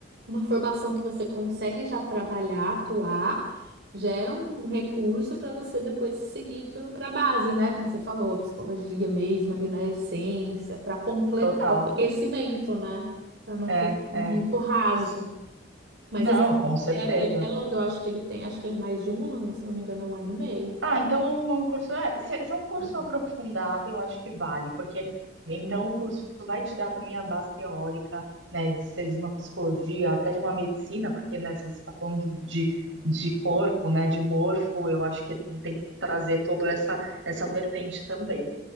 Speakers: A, on the right (about 60°); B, on the right (about 80°).
A: uma formação que você consegue já trabalhar, atuar, gera um recurso para você depois seguir para a base, né? Como você falou, a psicologia mesmo, ali na essência, para completar
B: Total.
A: o conhecimento, né? Para não
B: É,
A: ficar
B: é.
A: muito raso. Mas
B: Não,
A: esse
B: com certeza.
A: ele é, ele é longo, eu acho que ele tem, acho que ele é mais de um ano, se não me engano, é um ano e meio.
B: Ah, então é um, é um curso. é, se, se é um curso
A: né?
B: aprofundado, eu acho que vale, porque então o curso vai te dar também a base teórica, né, de ser de uma psicologia, até de uma medicina, porque, né, se você está falando de, de, de corpo, né, de morfo, eu acho que tem que trazer toda essa, essa vertente também.